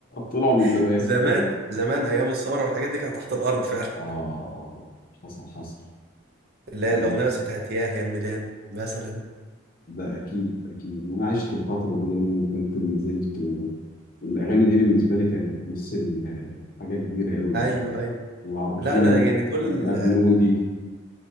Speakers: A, on the left (about 45°); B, on the right (about 50°).
A: طلعوا من
B: <laughs>
A: زمان
B: زمان زمان ايام الثوره والحاجات دي كانت تحت الارض فعلا
A: اه اه آه، حصل حصل
B: <laughs> اللي
A: ممكن.
B: هي الاغنيه بس بتاعت ياه يا الميدان مثلا
A: ده اكيد اكيد وانا عشت الفتره دي لان انا كنت نزلت و... والاغاني دي بالنسبه لي كانت بتمثل آه، حاجه كبيره قوي
B: ايوه
A: يعني
B: ايوه
A: وعبد الرحمن
B: لا انا
A: ال-
B: يعني دول
A: الابنودي